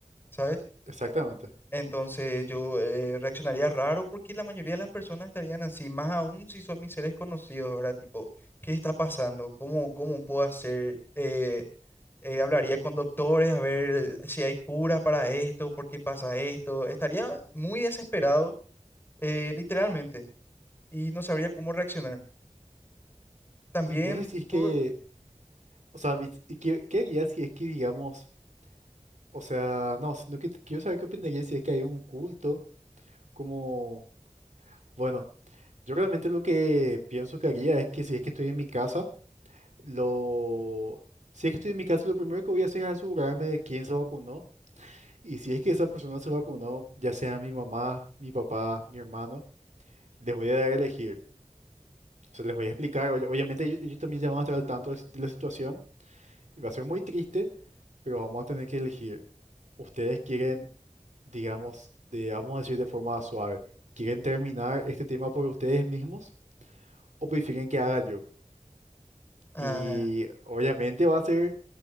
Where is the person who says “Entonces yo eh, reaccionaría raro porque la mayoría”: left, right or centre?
Left